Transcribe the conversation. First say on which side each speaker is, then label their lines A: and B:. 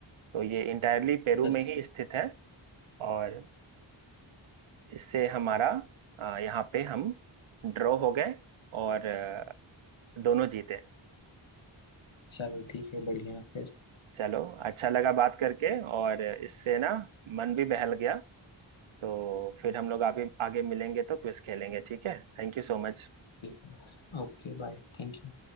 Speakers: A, on the right; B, on the left.
A: तो ये इंटायरली पेरू
B: अच्छा,
A: में ही स्थित है और इससे हमारा अ, यहाँ पे हम ड्रॉ हो गए और अ, दोनों जीते
B: चलो ठीक है बढ़िया फिर
A: चलो अच्छा लगा बात करके और इससे ना मन भी बहल गया तो फिर हम लोग आगे आगे मिलेंगे तो क्विज खेलेंगे ठीक है Thank you so much
B: ठीक है Okay bye thank you